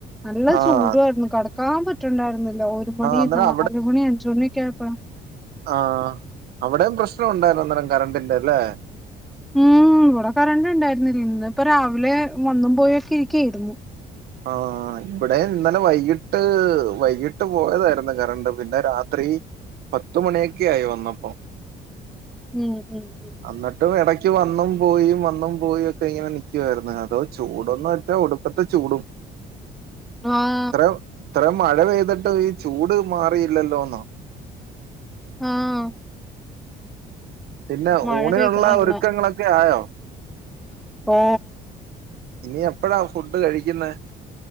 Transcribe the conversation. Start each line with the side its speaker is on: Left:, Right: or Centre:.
Centre: നല്ല
Right: ആഹ്
Centre: ചൂടുായിരുന്നു കിടക്കാൻ പറ്റണ്ടായിരുന്നില്ല ഒരു. നാല് മണി
Right: അന്നേരം
Centre: അല്മണി അഞ്ച് മണിയൊക്കെ ആയപ്പഴ.
Right: ആഹ അവിടെയും പ്രശ്നം ഉണ്ടായിരുന്നു അന്നരം കറണ്ടിന്റെ അല്ലേ.
Centre: ഉം ഇവിടെ കറണ്ടിണ്ടായിരുന്നില്ല ഇന്ന് ഇപ്പൊ രാവിലെ വന്നും പോയൊക്കെ ഇരിക്കായിരുന്നു.
Right: ആ ഇവിടെ ഇന്നലെ വൈകിട്ട് വൈകിട്ട്. പോയതായിരുന്നു കറണ്ട് പിന്നെ രാത്രി പത്ത് മണിയൊക്കെ ആയി വന്നപ്പോ.
Centre: ഉം ഉം. ഉം
Right: എന്നിട്ടും ഇടക്ക് വന്നും പോയി വന്നും പോയി ഒക്കെ ഇങ്ങനെ നൽക്കുവായിരുന്നു അതോ ചൂടൊന്നും. ഒടുക്കത്തെ ചൂടും.
Centre: ആഹ.
Right: ഇത്ര ഇത്ര മഴ പെയ്തിട്ട് ഈ ചൂട് മാറിയില്ലല്ലോ എന്ന.
Centre: ആഹ.
Right: പിന്നെ
Centre: മഴ
Right: ഊണിനുള്ള
Centre: പെയ്ത ഇന്ന്
Right: ഒരുക്കങ്ങളൊക്കെ ആയോ.
Centre: ഓ.
Right: ഇനി എപ്പഴാ ഫുഡ് കഴിക്കുന്ന.